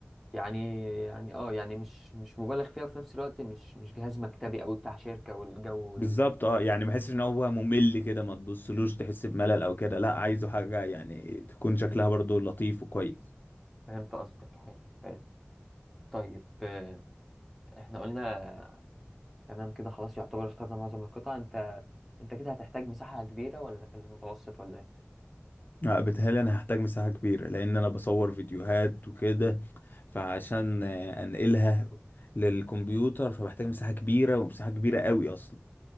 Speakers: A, in the centre; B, on the left (about 45°).
A: يعني يعني اه يعني مش مش مبالغ فيها وفي نفس الوقت مش مش جهاز مكتبي أو بتاع شركة والجو
B: بالظبط
A: الكئيب
B: اه يعني
A: ده
B: ما احسش ان هو ممل كده ما تبصلوش تحس بملل او كده لا عايزه حاجه يعني تكون شكلها برضو لطيف وكويس
A: فهمت قصدك حلو حلو طيب آه، احنا قلنا تمام كده خلاص يعتبر اخترنا معظم القطع أنت أنت كده هتحتاج مساحة كبيرة ولا في المتوسط ولا إيه؟
B: آه بتهيألي انا هحتاج مساحه كبيره لان انا بصور فيديوهات وكده فعشان آه، انقلها للكمبيوتر فبحتاج مساحه كبيره ومساحه كبيره قوي اصلا